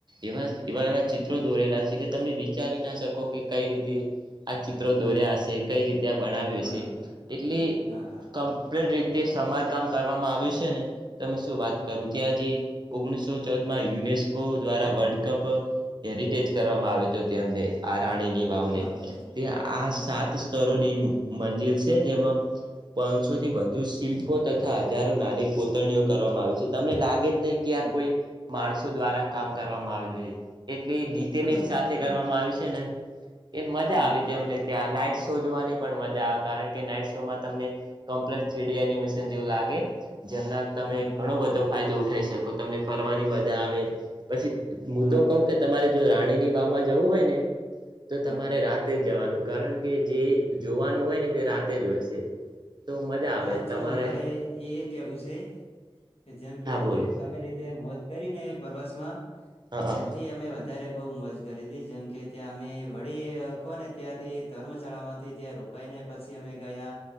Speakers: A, on the right; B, on the left.
A: એવા એવા એવા ચિત્રો દોરેલા છે કે તમે વિચારીના શકો કે કઈ રીતે આ ચિત્રો દોર્યા હશે કઈ રીતે ત્યાં બનાવ્યું
B: બરોબર
A: છે એટલે
B: હા હા
A: કમ્પ્લીટ રીતે તે સમારકામ કરવામાં આવ્યું છે ને તમે શું વાત કરો
B: હા
A: ત્યાં જે ઓગણીસો સો ચૌદમાં યુનેસ્કો દ્વારા વર્લ્ડ કપ હેરિટેજ કરવામાં આવે તો તેમને આ રાણીની ઓ ને
B: હા હા
A: તે આ
B: બરોબર
A: સાત સ્તરોની મંજિલ છે જેમાં પાંચસો થી વધુ શિલ્પો તથા હજારો નાની પોતરણીઓ કરવામાં આવી છે તમને લાગે નહી કે
B: હા
A: આ કોઈ
B: હા
A: માણસો દ્વારા કામ કરવામાં આવેલું. એટલી ડિટેલિંગ
B: બરોબર
A: સાથે કરવામાં આવી છે ને એ મજા
B: હા
A: આવી
B: હા
A: હતી અમને ત્યાં નાઈટ શો જોવાની પણ મજા આવે કારણ કે નાઈટ શોમાં તમને કમ્પ્લેટ થ્રીડી એનિમેશન પણ જેવું લાગે જેમના
B: હા
A: તમે ઘણો બધો ફાયદો ઉઠાઈ શકો તમને ફરવાની મજા આવે પછી હું
B: હા
A: તો
B: હા
A: કઉ કે તમારે જો રાણીની વાવમાં જવું હોય ને તો
B: હા
A: તમારે રાતે જ જવાનું કારણ કે જે જોવાનું હોય ને તે રાતે જ હોય છે. તો મજા આવે
B: હા તો
A: તમારે
B: મારે એ કેવું છે કે જેમ કે
A: હા બોલો
B: જે તમે રીતે મોજ કરી ને પ્રવાસમાં
A: હા હા
B: એથી અમે વધ વધારે અત્યારે બહુ મજ કરી હતી જેમ કે ત્યાં અમે વળી કો ને ત્યાંથી ધર્મશાળામાંથી ત્યાં રોક કઈને પછી અમે ગયા